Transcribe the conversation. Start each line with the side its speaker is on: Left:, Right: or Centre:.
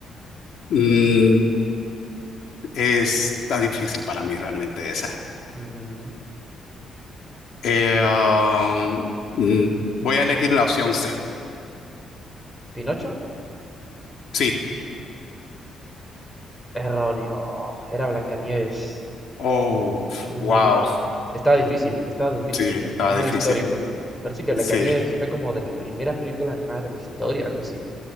Left: mm, es, está difícil para mí realmente esa.
Centre: Mm,
Left: Eh, um, mm, voy a elegir la opción C.
Centre: ¿Pinocho?
Left: Sí.
Centre: Erróneo. Era Blancanieves.
Left: Oh,
Centre: Uh,
Left: wow.
Centre: pe- estaba difícil, estaba difícil
Left: Sí,
Centre: porque
Left: estaba
Centre: es muy
Left: difícil.
Centre: histórico. Parece que Blancanieves
Left: Sí,
Centre: fue como de las primeras películas animadas de la historia, algo así.